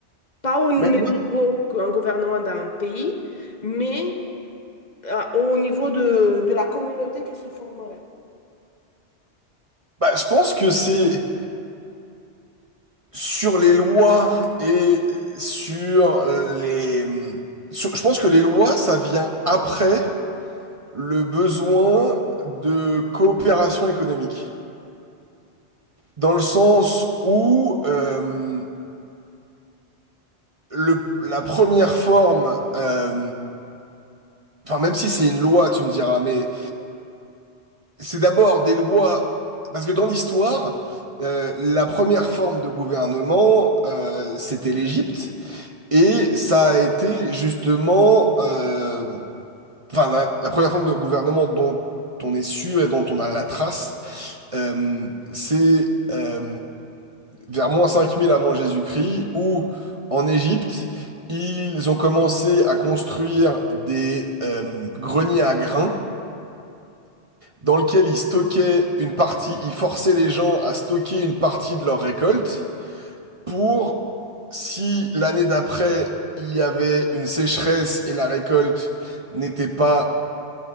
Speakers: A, on the left; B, on the right.
A: Pas au même
B: Mais moi,
A: niveau qu'un gouvernement d'un pays, mais euh, au niveau de, de la communauté qui se formerait.
B: bah, je pense que c'est sur les lois et sur les... sur- je pense que les lois, ça vient après le besoin de coopération économique. Dans le sens où... euh, le, la première forme, euh, enfin même si c'est une loi, tu me diras, mais c'est d'abord des lois, parce que dans l'histoire, euh, la première forme de gouvernement, euh, c'était l'Égypte, et ça a été justement, euh, enfin la, la première forme de gouvernement dont on est sûr et dont on a la trace. Euh, c'est euh, vers moins 5000 avant Jésus-Christ, où en Égypte, ils ont commencé à construire des euh, greniers à grains dans lesquels ils stockaient une partie, ils forçaient les gens à stocker une partie de leur récolte pour, si l'année d'après, il y avait une sécheresse et la récolte n'était pas